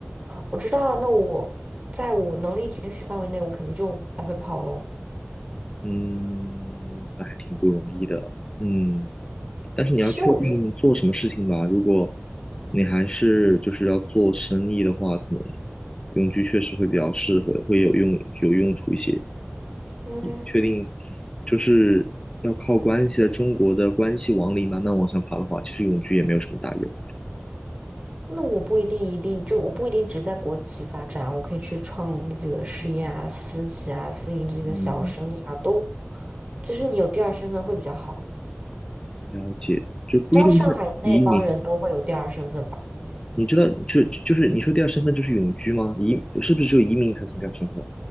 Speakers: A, on the right; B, on the left.
A: 我知道，那我在我能力允许范围内，我肯定就来回跑喽。
B: 嗯，那还挺不容易的。嗯，但是你要确定做什么事情吧。
A: 其实我觉得，
B: 如果你还是就是要做生意的话，可能永居确实会比较适合，会有用有用处一些。
A: 嗯，
B: 确定就是要靠关系，在中国的关系网里慢慢往上爬的话，其实永居也没有什么大用。
A: 那我不一定一定就我不一定只在国企发展，我可以去创立自己的事业啊，私企啊，私营自己的小生意啊，
B: 嗯，
A: 都就是你有第二身份会比较好。
B: 了解，就不一定是移民。
A: 知道上海的那帮人都会有第二身份吧？
B: 你知道，就就是你说第二身份就是永居吗？移是不是只有移民才算第二身份？